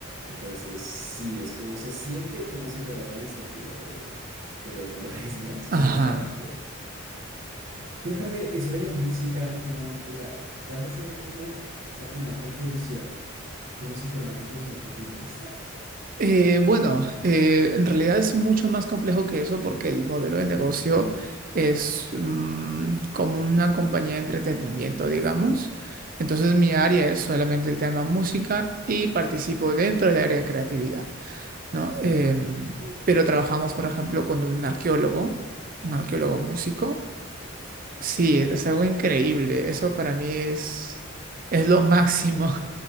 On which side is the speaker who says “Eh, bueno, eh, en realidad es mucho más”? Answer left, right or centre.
Right